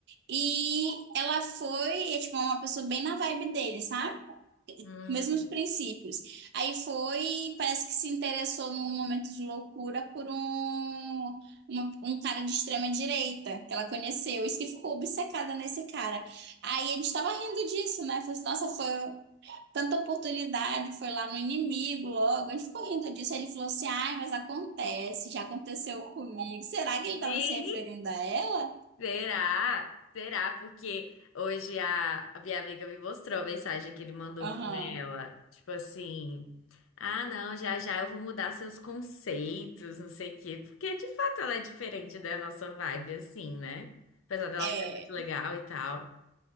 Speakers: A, on the right; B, on the left.
A: E ela foi, é, tipo, uma pessoa bem na vibe dele, sabe?
B: Hum.
A: Mesmos princípios. Aí foi, parece que se interessou num momento de loucura por um, uma- um cara de extrema direita que ela conheceu. Isso que ficou obcecada nesse cara. Aí a gente tava rindo disso, né? Falei assim, nossa, foi tanta oportunidade, foi lá no inimigo logo. Ele ficou rindo disso. Aí Ele falou assim: ai, mas acontece, já aconteceu comigo. Será que ele estava
B: Sim,
A: se referindo a ela?
B: será? Será? Porque hoje a, a minha amiga me mostrou a mensagem que ele mandou
A: Aham.
B: pra ela. Tipo assim, ah, não, já já eu vou mudar seus conceitos, não sei o quê. Porque de fato ela é diferente da nossa vibe, assim, né? Apesar dela
A: É,
B: ser muito legal e tal.